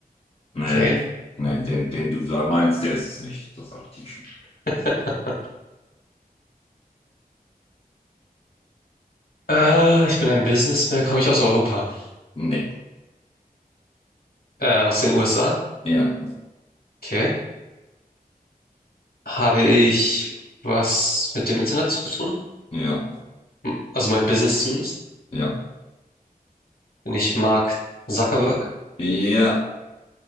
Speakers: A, on the left (about 40°); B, on the left (about 75°).
A: Nee.
B: Okay.
A: Nee, den, den du da meinst, der ist es nicht. Das sag ich dir schon.
B: <laughs> Äh, ich bin ein Businessman, komme ich aus Europa,
A: Nee.
B: äh, aus den USA.
A: Ja.
B: Okay. Habe ich was mit dem Internet zu tun?
A: Ja.
B: M- Also mein Business zumindest.
A: Ja.
B: Bin ich Mark Zuckerberg?
A: Ja.